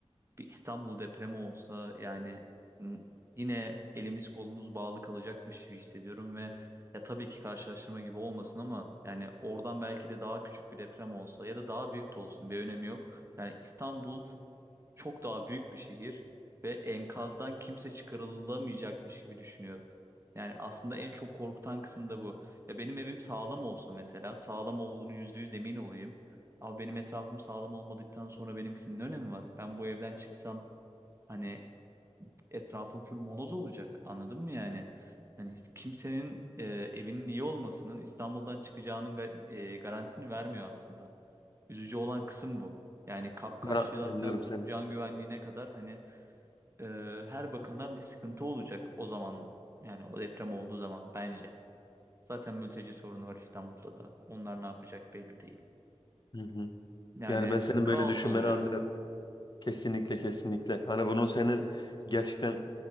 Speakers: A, on the right; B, on the left.
A: bir İstanbul depremi olsa yani n- yine elimiz kolumuz bağlı kalacakmış gibi hissediyorum ve ya tabii ki karşılaştırma gibi olmasın ama yani oradan belki de daha küçük bir deprem olsa ya da daha büyük de olsun bir önemi yok. Yani İstanbul çok daha büyük bir şehir ve enkazdan kimse çıkarılamayacakmış gibi düşünüyorum. Yani aslında en çok korkutan kısım da bu. Ya benim evim sağlam olsun mesela. Sağlam olduğunu yüzde yüz emin olayım. Ama benim etrafım sağlam olmadıktan sonra benimkisinin ne önemi var? Ben bu evden çıksam hani etrafım full moloz olacak. Anladın mı yani? Yani hiç kimsenin e, evinin iyi olmasının İstanbul'dan çıkacağının ga- e, garantisini vermiyor aslında. Üzücü olan kısım bu. Yani kapkaççılıktan
B: Ben anlıyorum
A: tut
B: seni.
A: can güvenliğine kadar hani e, her bakımdan bir sıkıntı olacak o zaman. Yani o deprem olduğu zaman bence. Zaten mülteci sorunu var İstanbul'da da. Onlar ne yapacak belli değil.
B: Hı hı.
A: Yani
B: Yani ben senin
A: kaos
B: böyle düşünmeni
A: olacak.
B: anlıyorum. Kesinlikle kesinlikle. Hani bunun senin gerçekten